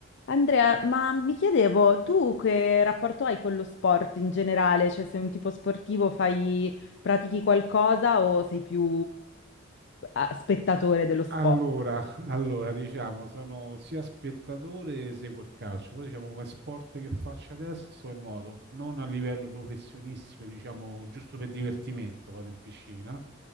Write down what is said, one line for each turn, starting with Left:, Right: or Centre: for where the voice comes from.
Left: Andrea, ma mi chiedevo, tu che rapporto hai con lo sport in generale? Cioè, sei un tipo sportivo, fai, pratichi qualcosa o sei più ah, spettatore dello sport?
Right: Allora, allora, diciamo, sono sia spettatore che seguo il calcio, però diciamo come sport che faccio adesso è nuoto, non a livello professionistico, diciamo giusto per divertimento, vado in piscina